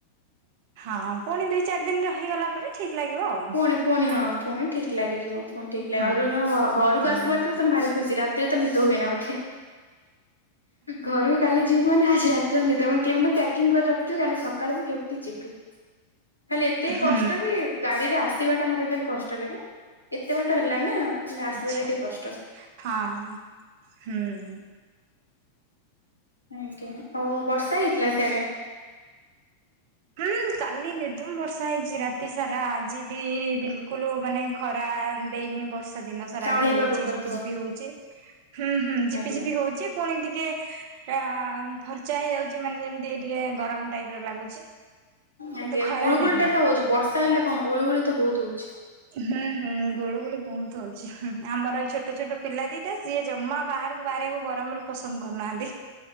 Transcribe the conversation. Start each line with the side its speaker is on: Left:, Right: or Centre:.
Right: ହଁ ପୁଣି ଦିଇ ଚାରି ଦିନ ରହିଗଲା ପରେ ଠିକ୍ ଲାଗିବ ଆଉ।
Left: ଫୁଣି ଫୁଣି ହଁ ଫୁଣି ଠିକ ଲାଗିଯିବ। ଫୁଣି ଠିକ ଲାଗିବ।
Right: ହୁଁ
Left: ଆଉ ଯୋଉଦିନ ଘ ଘରକୁ
Right: ହୁଁ
Left: ଆସିବାର ଥିବ ସେଦିନ ଭାରି ଖୁସି ରେ ତିରେ ତ ନିିଦ ହୁଏ ନା ମତେ। ଘରକୁ କାଲି ଯିବି ମାନେ ଆଜି ରାତି ରାତିରେ ନିଦ ହୁଏନି। କେମିତି ପ୍ୟାକିଂ କରି ରଖିିଥିବି କାଲି ସକାଳକୁ କେମିତି ଯିବି? ହେଲେ ଏତିକି
Right: ହୁଁ
Left: କଷ୍ଟ କି? ଗାଡ଼ିରେ ଆସିବାଟା ମୋତେ ଖାଲି କଷ୍ଟ ଲାଗେ। ଏତେ ବାଟ ହେଲାଣି ନା ଆସିବାଟା
Right: ଆଚ୍ଛା
Left: ଟିକେ କଷ୍ଟ।
Right: ହଁ ହୁଁ।
Left: ଆଜ୍ଞା। ଆଉ ବର୍ଷା ହେଇଥିଲା ସିଆଡେ?
Right: ହୁଁ କାଲି ନିର୍ଦ୍ଧୁମ ବର୍ଷା ହେଇଛି ରାତି ସାରା। ଆଜି ବି ବିଲ କୁଲୁ ମାନେ ଖରା ଦେଇନି ବର୍ଷା ଦିନ ସାରା
Left: କାଉଁଳିଆ
Right: ବି ହଉଛି
Left: ପାଗ କରିଥିବ
Right: ଝିପିଝିପି ହଉଛି। ହୁଁ ହୁଁ ଝିପି
Left: ଆଜ୍ଞା।
Right: ଝିପି ହଉଛିି। ପୁଣି ଟିକେ ଆ ଫର୍ଚ୍ଚା ହେଇଯାଉଛି ମାନେ ଯେମିତିକି ଟିକେ ଗରମ ଟାଇପ ର ଲାଗୁଛି। କିନ୍ତୁ
Left: ଆଜ୍ଞା
Right: ଖରା
Left: ଗୁଳୁଗୁଳି
Right: ନାହିଁ
Left: ଟା ତ ହଉଛି। ବର୍ଷା ହେଲେ କଣ ହବ ଗୁଳୁଗୁଳି ତ ବହୁତ ହଉଛି।
Right: ହୁଁ ହୁଁ ଗୁଳୁଗୁଳି ବହୁତ ହଉଛି। ଆମର ଛୋଟ ଛୋଟ ପିଲା ଦିଟା। ସିଏ ଜମା ବାହାରକୁ ବାହାରିବାକୁ ଗରମରେ ପସନ୍ଦ କରୁନାହାନ୍ତି।